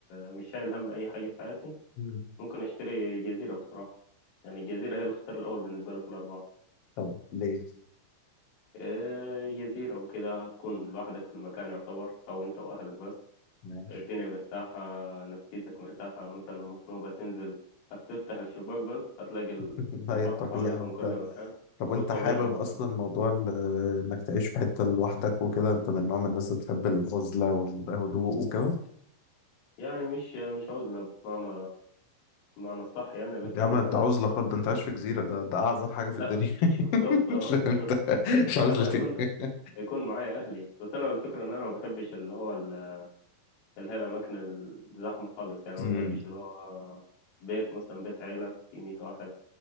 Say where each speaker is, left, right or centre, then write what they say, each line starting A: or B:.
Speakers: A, on the left; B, on the left.
A: مش شايل هم أي حاجة في حياتي
B: مم.
A: ممكن أشتري جزيرة بصراحة يعني الجزيرة هي الاختيار الأول بالنسبة لي في الأربعة.
B: طب ليه
A: آه، جزيرة وكده هتكون لوحدك في المكان يعتبر أو أنت وأهلك بس
B: ماشي
A: الدنيا مرتاحة نفسيتك مرتاحة مثلا مخنوقة تنزل هتفتح الشباك بس هتلاقي ال-
B: <laughs> هي
A: البحر
B: الطبيعة
A: حواليك من
B: وبتاع
A: كل مكان
B: طب وانت
A: والطبيعة
B: حابب
A: وبتاع
B: اصلا موضوع ال- آه، انك تعيش في حتة لوحدك وكده انت من نوع من الناس اللي بتحب العزلة والهدوء وكده
A: يعني مش مش عزلة بمعنى بمعنى الصح يعني لكن
B: يا عم ده
A: آه،
B: عزلة خالص ده انت عايش في جزيرة ده ده اعزل حاجة
A: لا
B: في الدنيا
A: بالظبط
B: <laughs> مش
A: اه <laughs>
B: انت مش عزلة
A: لا ما يكون
B: ايه
A: يكون معايا أهلي بس أنا الفكرة إن أنا ما بحبش اللي هو ال- اللي هي الأماكن الزحمة خالص يعني ما
B: امم
A: بحبش اللي هو بيت مثلا بيت عيلة فيه 100 واحد